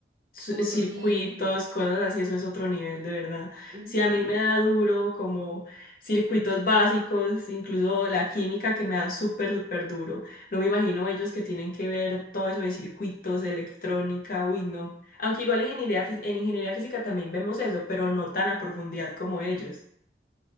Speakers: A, on the left (about 50°); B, on the right (about 25°).
A: ci-
B: Otro
A: circuitos,
B: nivel.
A: cosas así, eso es otro nivel, de verdad.
B: Uy,
A: Si a mí
B: sí.
A: me da duro como circuitos básicos, incluso la química que me da súper, súper duro, no me imagino ellos que tienen que ver todo eso de circuitos, electrónica, uy, no. Aunque igual en ingeniería, fí- en ingeniería física también vemos eso, pero no tan a profundidad como ellos.